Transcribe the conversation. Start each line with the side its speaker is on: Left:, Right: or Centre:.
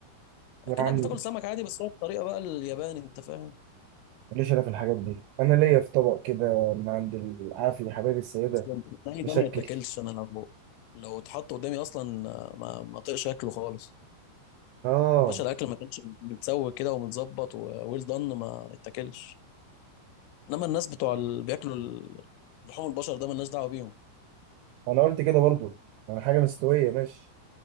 Right: يا
Left: كانك
Right: عم
Left: بتاكل سمك عادي بس هو الطريقه بقى الياباني انت فاهم
Right: ليش انا في الحاجات دي انا ليا في طبق كده من عند العافية حبايبي السيدة
Left: اصلا الني
Right: مشكل
Left: ده ما يتاكلش انا لو لو اتحط قدامي اصلا آه، ما ما طقش اكله خالص
Right: اه
Left: باشا الاكل ما كانش متسوي كده ومتظبط وويل دان ما اتاكلش انما الناس بتوع اللي بياكلوا ال- لحوم البشر ده مالناش دعوه بيهم
Right: انا قلت كده برضه انا حاجة مستوية ماشي